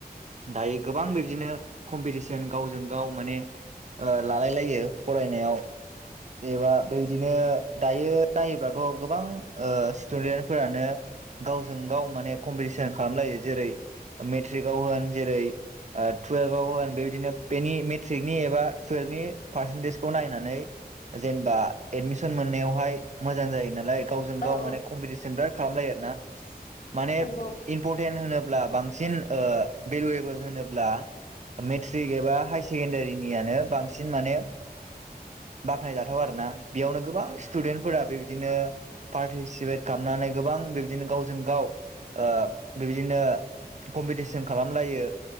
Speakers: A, on the right; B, on the left.
A: दायो गोबां बिब्दिनो कम्पिटिसन गावजों गाव माने लालाय लायो फरायनायाव एबा बेबादिनो दायो नायोबाथ' गोबां ओ स्टुदेन्ट फोरानो गावजों गाव माने कम्पिटिसन खालामलायो जेरै मेट्रिकआव होन जेरै टुयेल्भाव होन बेबायदिनो बेनि मेट्रिकनि एबा टुयेल्भनि पार्सेन्टेजखौ नायनानै जेनेबा एदमिसन मोननायावहाय मोजां जायो नालाय गावजों गाव
B: औ
A: माने
B: औ
A: कमपिटिसन बिराद खालामलायो आरोना माने
B: नंगौ
A: इमपरटेन्ट होनोब्ला बांसिन ओ भेलुवेबोल होनोब्ला मेट्रिक एबा हायार सेकेण्डारिनियानो बांसिन माने बाख्नायजाथाव आरोना बेयावनो गोबां स्टुडेन्टफोरा बेबायदिनो पार्टिसिपेट खामनानै गोबां बिबदिनो गावजों गाव ओ बेबादिनो कम्पिटिसन खालामलायो